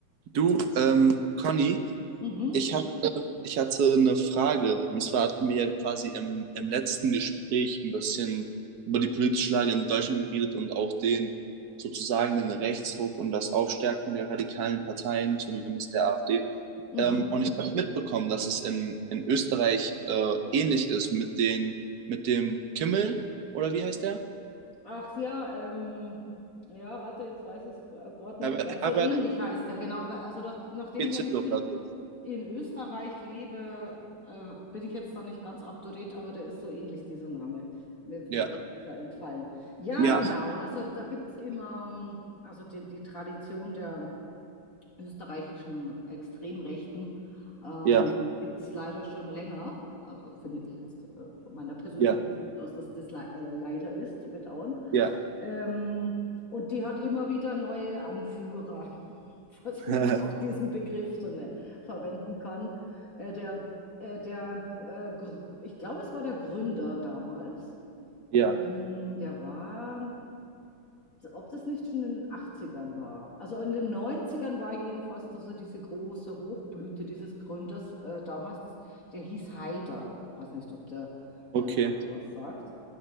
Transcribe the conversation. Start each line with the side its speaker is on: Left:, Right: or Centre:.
Right: Du, ähm, Conny,
Left: Mhm,
Right: ich hab, ich hatte eine Frage. Und zwar hatten wir ja quasi im, im letzten Gespräch ein bisschen über die politische Lage in Deutschland geredet und auch den sozusagen den Rechtsruck und das Aufstärken der radikalen Parteien, zumindest der AfD.
Left: mhm.
Right: Ähm, und ich habe mitbekommen, dass es in, in Österreich äh, ähnlich ist mit den, mit dem Kimmel, oder wie heißt der?
Left: Ach ja, ähm, ja, warte, jetzt weiß ich es gerade
Right: Herbert,
Left: nicht. Äh, so
Right: Herbert
Left: ähnlich heißt der, genau. Aber also doch, nachdem
Right: Kitzl
Left: ich ja nicht
Right: oder
Left: in,
Right: so.
Left: in Österreich lebe, äh, bin ich jetzt da nicht ganz up to date, aber der ist so ähnlich, dieser Name. Mir
Right: Ja.
Left: äh, ist er entfallen. Ja,
Right: Ja,
Left: genau. Also da gibt es immer, ähm, also die, die Tradition der. österreichischen Extremrechten ähm,
Right: ja,
Left: gibt es leider schon länger. Also finde ich jetzt äh, von meiner persönlichen
Right: ja,
Left: Sicht aus, dass das le äh, leider ist, zu bedauern.
Right: ja,
Left: Ähm, und die hat immer wieder neue Anführer, <laughs> falls man
Right: <laughs>
Left: jetzt auch diesen Begriff so ne, verwenden kann. Äh, der, äh, der, äh, Gr- ich glaube, es war der Gründer damals.
Right: ja.
Left: Ähm, der war ob das nicht schon in den 80ern war. Also in den 90ern war jedenfalls doch so diese große Hochblüte dieses Gründers äh, damals, das, der hieß Haider. Weiß nicht, ob der,
Right: Okay,
Left: der Name was sagt.